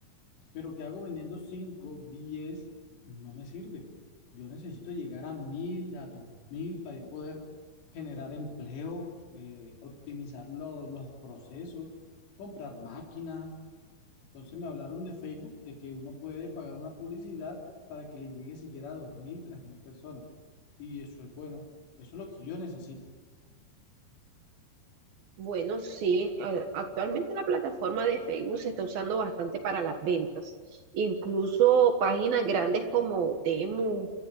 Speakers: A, on the left (about 70°); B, on the right (about 60°).
A: Pero ¿qué hago vendiendo cinco diez No me sirve. Yo necesito llegar a mil a dos mil para yo poder generar empleo, eh, optimizar lo- los procesos, comprar máquinas. Entonces me hablaron de Facebook, de que uno puede pagar una publicidad para que le llegue siquiera a dos mil, tres mil personas. Y eso es bueno. Eso es lo que yo necesito.
B: Bueno, sí, a- actualmente la plataforma de Facebook se está usando bastante para las ventas. Incluso páginas grandes como Temu,